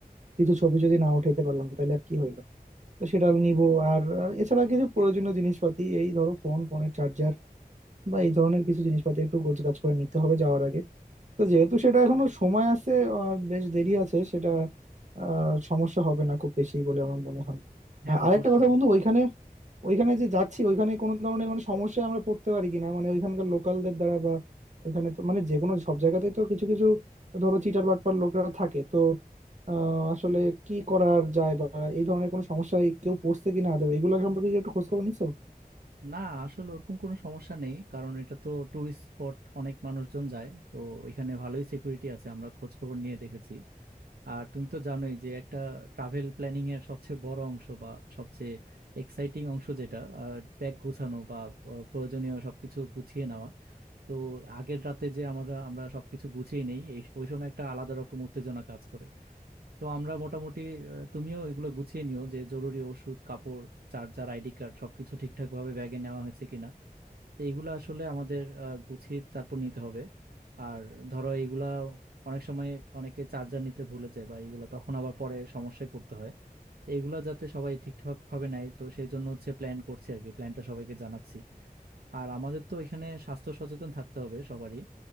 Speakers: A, on the right; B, on the right.
A: কিছু ছবি যদি না উঠাইতে পারলাম তাহলে আর কি হইলো তো সেটা নিব আর আর এছাড়া কিছু প্রয়োজনীয় জিনিসপাতি এই ধরো ফোন ফোনের চার্জার বা এই ধরনের কিছু জিনিসপাতি একটু গোছগাছ করে নিতে হবে যাওয়ার আগে তো যেহেতু সেটা এখনো সময় আছে আর বেশ দেরি আছে সেটা আহ সমস্যা হবে না খুব বেশি বলে আমার মনে হয়
B: হ্যাঁ
A: আ- আরেকটা
B: অবশ্যই
A: কথা বন্ধু ওইখানে ওইখানে যে যাচ্ছি ওইখানে কোনো ধরনের মানে সমস্যায় আমরা পড়তে পারি কিনা মানে ওইখানকার লোকালদের দ্বারা বা ওইখানে তো মানে যে কোনো সব জায়গাতেই তো কিছু কিছু ধরো চিটার বাটপার লোকরা থাকে তো আহ, আসলে কি করার যায় বা এই ধরনের কোনো সমস্যায় কেউ পড়ছে কিনা আদৌ এগুলো সম্পর্কে কি একটু খোঁজ খবর নিছো
B: না আসলে ওরকম কোনো সমস্যা নেই কারণ এটা তো টুরিস্ট স্পট অনেক মানুষজন যায় তো এখানে ভালোই সিকিউরিটি আছে আমরা খোঁজ খবর নিয়ে দেখেছি আর তুমি তো জানোই যে একটা ট্রাভেল প্ল্যানিং এর সবচেয়ে বড় অংশ বা সবচেয়ে এক্সাইটিং অংশ যেটা ব্যাগ গোছানো বা আহ, প্রয়োজনীয় সবকিছু গুছিয়ে নেওয়া তো আগের রাতে যে আমরা আমরা সবকিছু গুছিয়ে নেই এই ওই সময় একটা আলাদা রকম উত্তেজনা কাজ করে তো আমরা মোটামুটি আহ, তুমিও এগুলো গুছিয়ে নিও যে জরুরি ওষুধ কাপড় চার্জার আইডি কার্ড সবকিছু ঠিকঠাক ভাবে ব্যাগে নেওয়া হয়েছে কিনা তো এগুলো আসলে আমাদের আহ, গুছিয়ে তারপর নিতে হবে আর ধরো এগুলা অনেক সময় অনেকে চার্জার নিতে ভুলে যায় বা এগুলা তখন আবার পরে সমস্যায় পড়তে হয় তো এগুলা যাতে সবাই ঠিকঠাক ভাবে নেয় তো সেই জন্য হচ্ছে প্ল্যান করছি আর কি প্ল্যানটা সবাইকে জানাচ্ছি আর আমাদের তো এখানে স্বাস্থ্য সচেতন থাকতে হবে সবারই